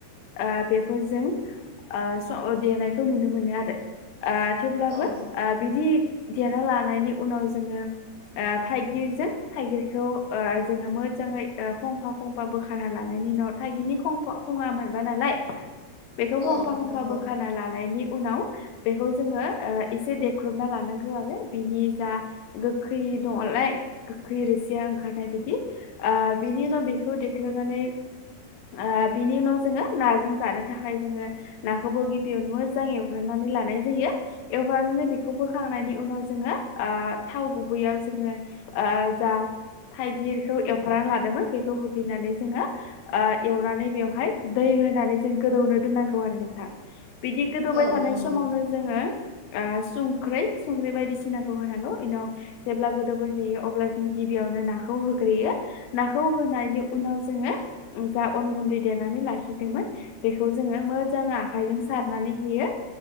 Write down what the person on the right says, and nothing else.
औ
औ
नंगौ
औ
नंगौ